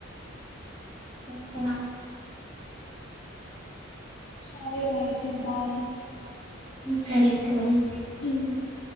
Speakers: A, on the right; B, on the left.
A: ఇంకానా
B: సరే రా అయితే బాయ్
A: సరే అయితే బాయ్
B: మ్